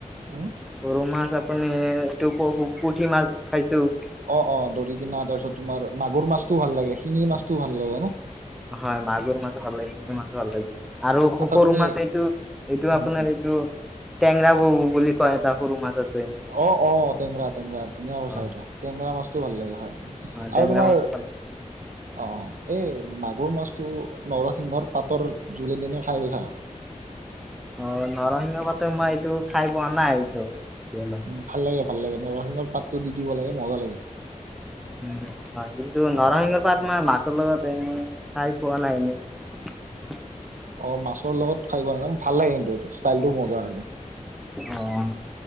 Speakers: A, on the right; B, in the centre.
A: উম,
B: সৰু মাছ আপ এনে, এইটো পুঠি মাছ খাইছো।
A: অঁ, অঁ দৰি কিনা তাৰপিছত তোমাৰ মাগুৰ মাছটোও ভাল লাগে। শিঙি মাছটোও ভাল লাগে না?
B: হয় মাগুৰ মাছ ভাল লাগে। শিঙি মাছো ভাল লাগে। আৰু
A: আচ্ছা
B: সৰু
A: তুমি
B: মাছ এইটো, এইটো
A: উম,
B: আপোনাৰ
A: উম।
B: এইটো টেঙৰা বৌ বুলি কোৱা এটা সুৰুমাছত।
A: অঁ, অঁ টেংৰা টেংৰা ধুনীয়া পইছা
B: অ
A: এইটো টেঙেৰা মাছতটো ভাল লাগে হয়।
B: টেঙৰা
A: আৰু তোমাৰ
B: মাছ ভাল
A: অঁ এই। মাগুৰ মাছটো নৰসিংহৰ পাতৰ জোলে দিনে খাই পাইছা?
B: অ' নৰসিংহ পাতে মই এইটো খাই পোৱা নাই এইটো। এতিয়ালৈ
A: উম, ভাল লাগে, ভাল লাগে নৰসিংহৰ পাতটো দি দিব লাগে মজা লাগে।
B: উম, হয় কিন্তু নৰসিংহৰ পাত মাৰ মাছৰ লগত এনেই খাই পোৱা নাই এনেই। <unintelligible>
A: অ' মাছৰ লগত খাই ভাল লাগে কিন্তুটো ষ্টাইলটো মজা একদম।
B: অ',